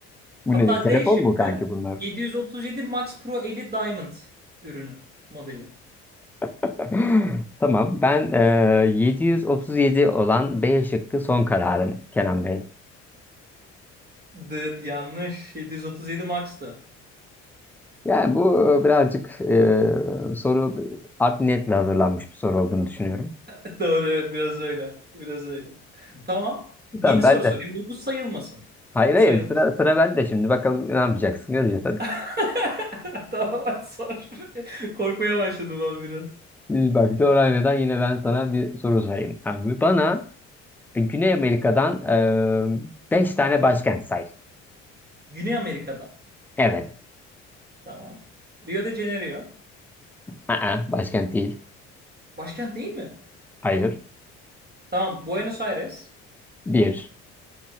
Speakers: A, in the centre; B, on the right.
A: Bu
B: hatta
A: ne? Telefon
B: D şıkkı
A: mu kanki bunlar?
B: 737 Max Pro Elite Diamond ürünü modeli.
A: <laughs> Tamam. Ben e, 737 olan B şıkkı son kararım Kenan Bey.
B: Dıt yanlış. 737 Max'tı.
A: Yani bu e, birazcık e, soru art niyetle hazırlanmış bir soru olduğunu düşünüyorum.
B: <laughs> Doğru evet biraz öyle. Biraz öyle. Tamam. Yeni
A: Tamam ben
B: soru
A: de.
B: sorayım. Bu, bu sayılmasın.
A: Hayır
B: Bu
A: hayır
B: sayılmasın.
A: sıra, sıra bende şimdi. Bakalım ne yapacaksın göreceğiz hadi.
B: <laughs> Tamam hadi sor. <laughs> Korkmaya başladım ben biraz.
A: Şimdi Bak coğrafyadan yine ben sana bir soru sorayım. Abi bana E, Güney Amerika'dan e, 5 tane başkent say.
B: Güney Amerika'da.
A: Evet.
B: Tamam. Rio de Janeiro.
A: Aa, başkent değil.
B: Başkent değil mi?
A: Hayır.
B: Tamam, Buenos Aires.
A: Bir.